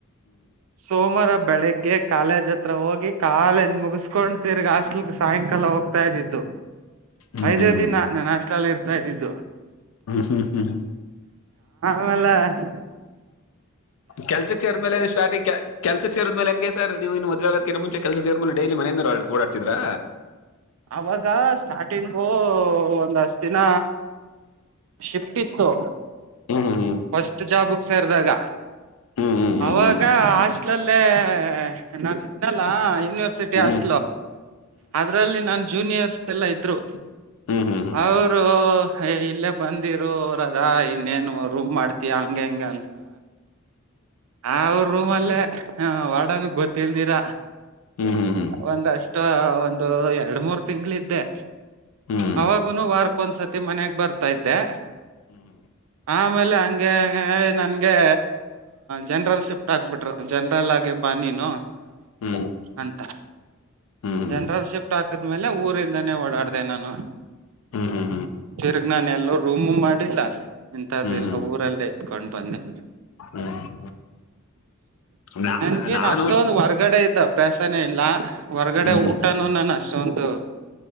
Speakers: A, on the right; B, on the left.
A: ಸೋಮ ಬೆಳಿಗ್ಗೆ ಕಾಲೇಜ್ ಹತ್ರ ಹೋಗಿ ಕಾಲೇಜ್ ಮುಗಿಸ್ಕೊಂಡು ತಿರ್ಗಿ ಹಾಸ್ಟೆಲ್ ಸಾಯಂಕಾಲ ಹೋಗ್ತಾ ಇದ್ದೀನಿ
B: ಹ್ಮ್
A: ಐದೇ
B: ಹ್ಮ್
A: ದಿನ ನನ್ನ ಅಷ್ಟಲಲ್ಲಿ ಇರ್ತಾ ಇದ್ದಿದ್ದು
B: ಹ್ಮ್ ಹ್ಮ್ ಹ್ಮ್ ಹ್ಮ
A: ಅಮೇರಿಕ
B: ಕೆಲ್ಸ ಚೇರ್ ಮೇಲೆನೆ ಸ್ಟಾರ್ಟಿಂಗ್ ಕೆಲ್ಸಕ್ ಚೇರ್ ಅ ಆದ್ಮೇಲೆ ಹಂಗೆ ಸರ್ ನೀವು ಇನ್ನು ಮದ್ವೆಗುವೆ ಮುಂಚೆ ಕೆಲಸ ಮೇಲೆ ಡೈಲಿ ಮನೆಯಿಂದ ಓಡಾಡ್ತಿದರಾ
A: ಅವಾಗ ಸ್ಟಾರ್ಟಿಂಗು ಒಂದ್ಷ್ಟ ದಿನ ಶಿಫ್ಟ್ ಇತ್ತು
B: ಹ್ಮ್ ಹ್ಮ್
A: ಫಸ್ಟ್ ಜಾಬಗೆ ಸೇರ್ದಾಗ
B: ಹ್ಮ್ ಹ್ಮ್
A: ಅವಾಗ ಹಸ್ಟ್ಲಲ್ಲಿ ನಾನಲ್ಲ ಯೂನಿವರ್ಸಿಟಿ
B: ಹ್ಮ್ ಹ್ಮ್ ಹ್ಮ್
A: ಅಸ್ ಅದ್ರಲ್ಲಿ ಜನಿಯರ್ಸ್ ಎಲ್ಲ ಇದ್ರು
B: ಹ್ಮ್ ಹ್ಮ್ ಹ್ಮ್ ಹ್ಮ್ ಹ್ಮ್ ಹ್ಮ್ ಹ್ಮ್ ಹ್ಮ್
A: ಅವರು ಯ ಇಲ್ಲೇ ಬಂದಿರು ಅವರ ಅದ ಇನ್ನೇನು ರೂಮ್ ಮಾಡ್ತಯ ಹಂಗ ಹೆಂಗ ಆ ಅವ್ರ ರೂಮ್ ಅಲ್ಲೇ ವಡನ್ಗ್ ಗೊತ್ತಲ್ದಿರ
B: ಹ್ಮ್ ಹ್ಮ್ ಹ್ಮ್
A: ಒಂದಷ್ಟ ಇ ಒಂದು ಎರಡ್ ಮೂರ್ ತಿಂಗಳಿದ್ದೆ
B: ಹ್ಮ್
A: ಅವಾಗ ವಾರಕ್ಕೊಂದ್ಸತಿ ಮನೆಗ್ ಬರ್ತಾ ಇದ್ದೆ
B: ಹ್ಮ್
A: ಆಮೇಲೆ ಹಂಗೆ ನನ್ಗೆ ಜನರಲ್ ಶಿಫ್ಟ್ ಹಾಕ್ಬಿಟ್ರು ಜನ್ರಲ್ ಆಗೆ ಬಾ ನೀನು
B: ಹ್ಮ್ ಹ್ಮ್
A: ಅಂತ
B: ಹ್ಮ್ ಹ್ಮ್
A: ಜನರಲ್ ಶಿಫ್ಟ್ ಹಾಕದ್ಮೇಲೆ ಊರಿಂದಾನೇ ಓಡಾಡ್ದ ನಾನು
B: ಹ್ಮ್ ಹ್ಮ್
A: ತಿರ್ಗ್ ನಾನ ಎಲ್ಲ ರೂಮ ಮಾಡ ಮಾಡನಿಲ ಇಂಂತದ್ದುಲ್ಲ
B: ಹ್ಮ್ ಹ್ಮ್ ಹ್ಮ್
A: ಊರಲ್ಲೇ ಎತ್ಕೊಂಡ್ ಬಂದಿ
B: ಹ್ಮ್ ನಾ
A: ನನ್ಗೇನ್
B: ನಾನು
A: ಅಷ್ಟೊಂದು ಹೊರ್ಗಡೆ ಇದ್ದ ಅಭ್ಯಾಸನೇ ಇಲ್ಲ ಹೊರ್ಗಡೆ
B: ಹ್ಮ್ ಹ್ಮ್
A: ಊಟನುೂ ನಾನು ಅಷ್ಟೊಂದು